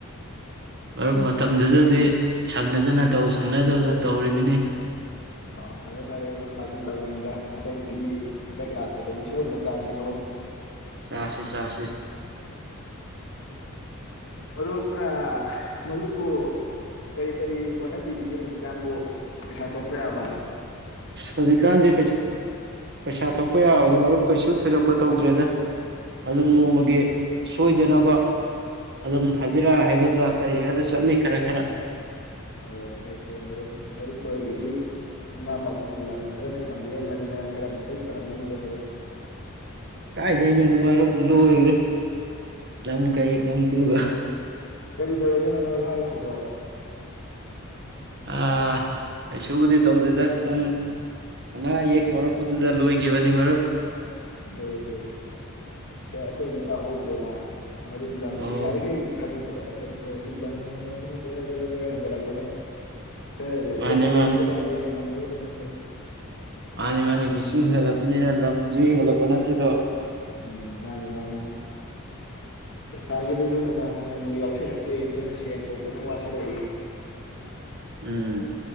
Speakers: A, on the right (about 50°); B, on the left (about 60°).
A: ꯃꯔꯨꯞ ꯃꯇꯝꯗꯨꯗꯗꯤ ꯁꯪꯅꯗꯅ ꯇꯧ ꯁꯪꯅꯗꯧꯗꯅ ꯇꯧꯔꯤꯃꯤꯅꯤ
B: ꯑ ꯐꯔꯦ ꯐꯔꯦ ꯑꯣꯏꯔꯣ ꯐꯥꯀꯤ ꯇꯕꯨꯅꯤꯗꯥ ꯍꯟꯗꯛꯇꯤ ꯍꯟꯗꯛ ꯂꯥꯛ ꯑꯗꯨꯗꯗꯤ ꯁꯣꯏꯗꯅ ꯆꯥꯁꯤꯀꯣ
A: ꯆꯁꯦ ꯆꯁꯦ
B: ꯃꯔꯨꯞ ꯑ ꯃꯔꯨꯞ ꯄꯨ ꯀꯔꯤ ꯀꯔꯤ ꯍꯣꯠꯅꯕꯤꯔꯤꯒꯦ ꯍꯧꯖꯤꯛꯀꯥꯟꯕꯨ ꯄꯩꯁꯥ ꯊꯣꯛꯄ ꯌꯥꯕ
A: ꯍꯧꯖꯤꯛꯀꯥꯟꯗꯤ ꯄꯩꯁꯥ ꯊꯣꯛꯄ ꯌꯥꯕꯗ ꯃꯔꯨꯞ ꯀꯩꯁꯨ ꯊꯣꯏꯗꯣꯛꯄ ꯇꯧꯗ꯭ꯔꯦꯗ ꯑꯗꯨꯝ ꯅꯣꯡꯃꯒꯤ ꯁꯣꯏꯗꯅꯕ ꯑꯗꯨꯝ ꯊꯥꯖꯤꯔꯛꯑ ꯍꯥꯏꯒꯗ꯭ꯔꯥ ꯀꯔꯤ ꯍꯥꯏꯒꯗ꯭ꯔꯥ ꯆꯠꯂꯤ ꯈꯔ ꯈꯔ
B: ꯑꯣ ꯐꯩ ꯐꯩ ꯃꯔꯨꯞ ꯑꯁ ꯃꯔꯨꯞ ꯀꯣꯏꯒꯤꯗꯤ ꯏꯃꯥ ꯄꯥꯕꯨꯡ ꯂꯝ ꯈꯔꯁꯨ ꯊꯝꯕꯤꯔꯝꯕꯅꯤꯅ ꯈꯔ ꯃꯈꯩ ꯐꯔꯝꯒꯅꯤꯗꯣ ꯃꯔꯨꯞ
A: ꯀꯥꯏꯗꯣꯏꯅꯣꯗ ꯃꯔꯨꯞ ꯂꯣꯏꯈ꯭ꯔꯦ ꯂꯝ ꯀꯩ ꯂꯝ ꯇꯨꯒ
B: ꯀꯔꯤ ꯇꯧꯔꯒꯦꯅꯦ ꯃꯔꯨꯞ ꯍꯥꯏ ꯑꯁꯤꯕ
A: ꯑ ꯀꯩꯁꯨꯕꯨꯗꯤ ꯇꯧꯗꯦꯗ ꯁꯨꯝ ꯑꯅꯥ ꯑꯌꯦꯛ ꯌꯧꯔꯛꯄꯗꯨꯗ ꯂꯣꯏꯈꯤꯕꯅꯤ ꯃꯔꯨꯞ
B: ꯏꯍꯦ ꯏꯍꯦ ꯑꯦ ꯑꯩꯈꯣꯏꯗꯤ ꯇꯧꯍꯧꯗ꯭ꯔꯦꯅ ꯃꯔꯨꯞ ꯂꯝꯁꯤ
A: ꯑꯣ
B: ꯌꯥꯔꯤꯈꯩ ꯊꯥꯗꯣꯛ ꯇꯕꯅ ꯐꯩꯀꯣ ꯍꯧꯖꯤꯛ ꯂꯝꯒꯤ ꯃꯃꯜꯁꯤꯅ ꯖꯔ ꯖꯔ ꯖꯔ ꯍꯦꯟꯒꯠꯂꯛꯄꯅꯦ ꯈꯔ ꯂꯩꯔꯒ
A: ꯃꯥꯅꯤ
B: ꯂꯝ
A: ꯃꯥꯅꯤ
B: ꯂꯩꯕ ꯀꯥꯁꯦ ꯉꯝꯃꯔꯣꯏ ꯗꯨꯅꯤ ꯃꯔꯨꯞ
A: ꯃꯥꯅꯦ ꯃꯥꯅꯦ ꯃꯤꯁꯤꯡ ꯍꯦꯟꯒꯠꯂꯛꯄꯅꯤꯅ ꯂꯝꯁꯨ ꯍꯦꯟꯒꯠꯂꯛꯄ ꯅꯠꯇꯦꯗꯣ
B: ꯎꯝ ꯃꯥꯅꯤ ꯃꯥꯅꯤ ꯏꯁꯩꯁꯥꯒꯤꯗꯤ ꯂꯨꯅ ꯅꯣꯡꯃ ꯅꯣꯡꯃ ꯌꯥꯎꯁꯜꯂꯛꯇꯦ ꯑꯩꯈꯣꯏꯅ ꯁꯦꯟ ꯊꯣꯛꯄꯗꯅ ꯋꯥꯁꯤꯜꯂꯛꯏ
A: ꯎꯝ